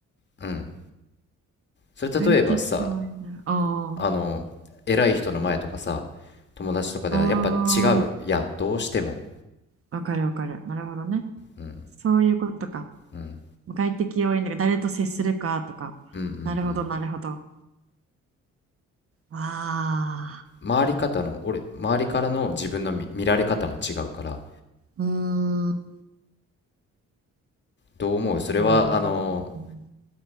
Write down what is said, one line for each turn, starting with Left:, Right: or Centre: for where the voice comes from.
Left: うん。それ例えばさ、
Right: 快適応援だ。あ
Left: あの、偉い人の前とかさ、友達とかではやっぱ違うやん。
Right: あ
Left: どうしても。
Right: あ、わかるわかる。なるほどね。
Left: うん。
Right: そういうことか。
Left: うん。
Right: 快適応援だから誰と接するかとか。
Left: うんうんうん。
Right: なるほど、なるほど。ああ、
Left: 回り方の俺周りからの自分の見、見られ方も違うから
Right: うーん。
Left: どう思うそれはあの
Right: なるほどね、うん